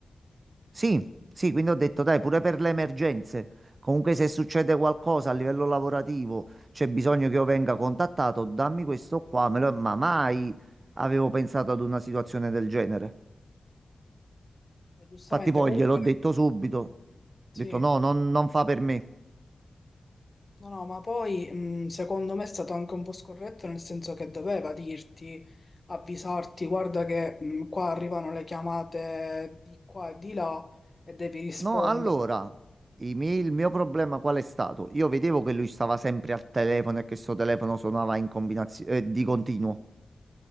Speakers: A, on the right; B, on the left.
A: Sì, sì, quindi ho detto, dai, pure per le emergenze. Comunque se succede qualcosa a livello lavorativo, c'è bisogno che io venga contattato, dammi questo qua, me lo- ma mai avevo pensato ad una situazione del genere.
B: E giustamente
A: Infatti poi
B: comunque...
A: gliel'ho detto subito, ho detto
B: Sì,
A: no, non, non fa per me.
B: no, no, ma poi mh, secondo me è stato anche un po' scorretto nel senso che doveva dirti, avvisarti, guarda che mh, qua arrivano le chiamate di qua e di là e devi rispondere.
A: No, allora, i miei- il mio problema qual è stato? Io vedevo che lui stava sempre al telefono e che suo telefono suonava in combinazione, eh, di continuo.